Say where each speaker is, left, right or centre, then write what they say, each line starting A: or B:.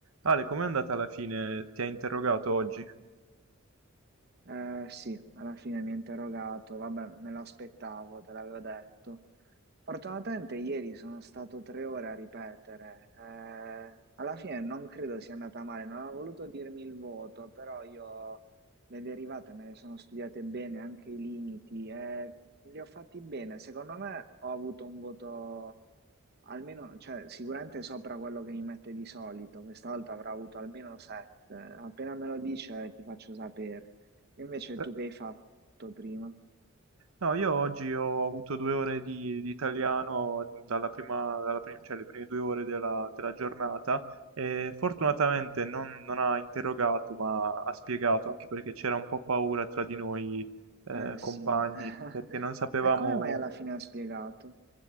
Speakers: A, on the right; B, on the right.
A: Ale, com'è andata alla fine? Ti ha interrogato oggi?
B: Eh, sì, alla fine mi ha interrogato, vabbè, me lo aspettavo, te l'avevo detto. Fortunatamente ieri sono stato tre ore a ripetere. eh, alla fine non credo sia andata male, non ha voluto dirmi il voto, però io le derivate me le sono studiate bene, anche i limiti, e li ho fatti bene. Secondo me ho avuto un voto almeno, cioè, sicuramente sopra quello che mi mette di solito. Questa volta avrò avuto almeno sette. Appena me lo dice, ti faccio sapere. Invece
A: Beh,
B: tu che hai fatto prima?
A: No, io oggi ho avuto due ore di, di italiano dalla prima, dalla prim- cioè le prime due ore della, della giornata e fortunatamente non, non ha interrogato, ma ha spiegato, anche perché c'era un po' paura tra di noi eh,
B: Eh
A: compagni,
B: sì. <laughs>
A: perché non sapevamo...
B: E come mai alla fine ha spiegato?